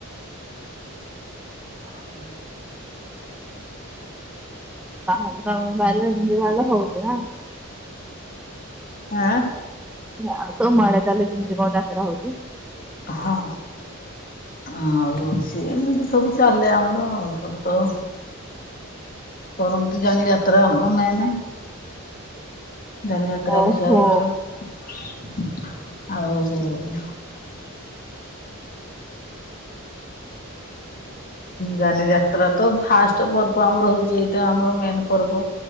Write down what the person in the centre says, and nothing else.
ତାହେଲେ ବାୟୋଲୋଜି <unintelligible> ନା।
ଆଉ ତାହେଲେ ତମ ଆଡ଼େ ତାହେଲେ କେମିତି କଣ ଯାତ୍ରା ହଉଛି?
ଓହୋ